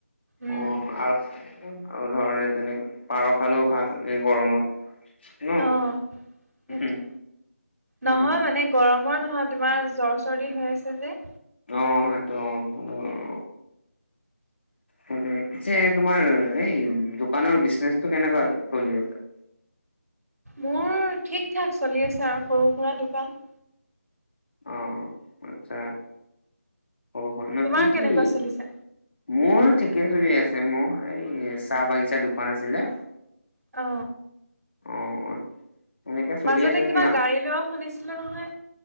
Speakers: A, on the right (about 75°); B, on the left (about 45°).
A: উম
B: অ আফ- আৰু ধৰ তেনেকে পাৰ খালেও ভাল এই গৰমত। ন?
A: অ সেইটো
B: উম, উম,
A: নহয় মানে গৰমৰ নহয় তোমাৰ জ্বৰ, চৰ্দি হৈ আছে যে
B: অ সেইটো অ হলো আও সেটোৱে পিছে তোমাৰ এই দোকানৰ বিজনেচটো কেনেকুৱা চলি আছে
A: মোৰ ঠিক ঠাক চলি আছে আৰু সৰু সুৰা দোকান।
B: অ আচ্ছা সৰু সুৰা ন
A: তোমাৰ
B: কি
A: কেনেকুৱা
B: কি
A: চলিছে
B: মোৰ ঠিকে চলি আছে মোৰ এই চাহ বাগিছা দোকান আছিলে
A: অ
B: অ এনেকে চলি
A: মাজতে
B: আছে
A: কিবা
B: না?
A: গাড়ী লোৱাও শুনিছিলো নহয়।